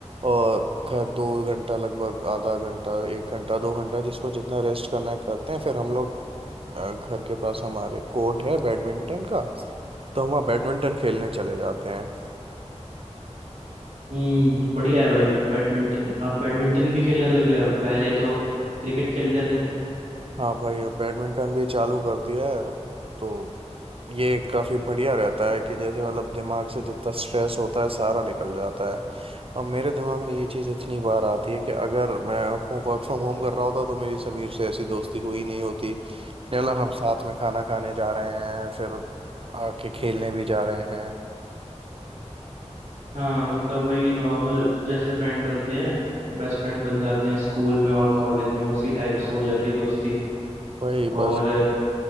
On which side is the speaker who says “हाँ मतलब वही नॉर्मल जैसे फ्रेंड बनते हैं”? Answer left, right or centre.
Right